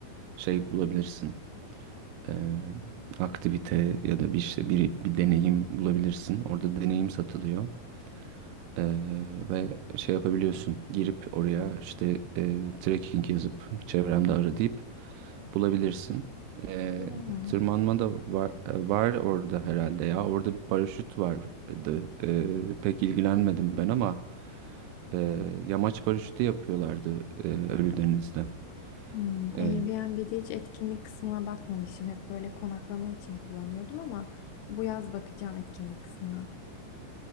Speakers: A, on the right; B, on the left.
A: şey bulabilirsin. Eee, aktivite ya da bir işte bir, bir deneyim bulabilirsin. Orada deneyim satılıyor. Eee, ve şey yapabiliyorsun. Girip oraya işte eee trekking yazıp çevremde ara deyip bulabilirsin. Ee,
B: Hmm.
A: tırmanma da var, var orada herhalde ya. Orada bir paraşüt vardı. Ee, pek ilgilenmedim ben ama e, yamaç paraşütü yapıyorlardı e, Ölüdeniz'de.
B: Hmm.
A: Ee,
B: Airbnb'de hiç etkinlik kısmına bakmamışım. Hep böyle konaklama için kullanıyordum ama bu yaz bakacağım etkinlik kısmına.